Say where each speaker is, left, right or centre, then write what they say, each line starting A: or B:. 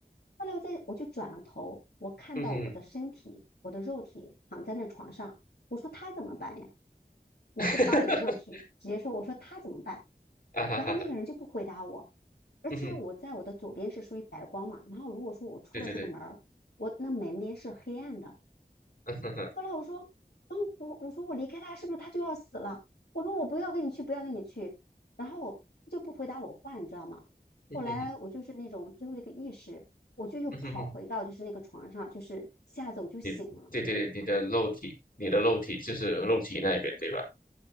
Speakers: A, on the left; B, on the left.
A: 后来我在我就转了头，我看到我的身体，
B: 嗯哼，
A: 我的肉体躺在那床上，我说他怎么办呀？我是把我的肉体直接说，
B: <laughs>
A: 我说他怎么办？
B: 啊哈哈哈，
A: 然后那个人就不回答我，而且我在我的左边是属于白光嘛，
B: 嗯哼，
A: 然后如果说我出了这个门儿，
B: 对对对，
A: 我那门边是黑暗的。
B: 嗯哼哼，
A: 后来我说，嗯，我我说我离开他是不是他就要死了？我说我不要跟你去，不要跟你去，然后他就不回答我话，你知道吗？
B: 嗯哼哼，
A: 后来我就是那种最后的一个意识，我就又跑回到就是那个床上，
B: 嗯哼哼。
A: 就是一下子我就醒了。
B: 你对对对，你的肉体，你的肉体就是肉体那一边，对吧？